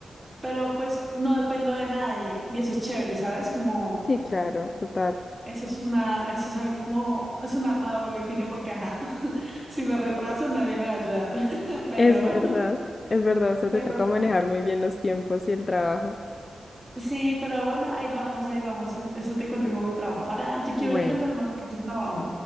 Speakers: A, on the right; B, on the left.
A: pero pues no dependo de nadie y eso es chévere, ¿sabes? Como
B: Sí, claro, total.
A: Eso es una, eso es algo como, es un arma de doble filo porque, ajá, <laughs> si me retraso nadie me va a ayudar, <laughs> pero,
B: Es verdad, es verdad, o sea,
A: pero
B: te toca manejar muy bien los tiempos y el trabajo.
A: sí, pero bueno, ahí vamos, ahí vamos, en- eso te cuento como mi trabajo. Ahora yo
B: Bueno.
A: quiero entender más tu trabajo.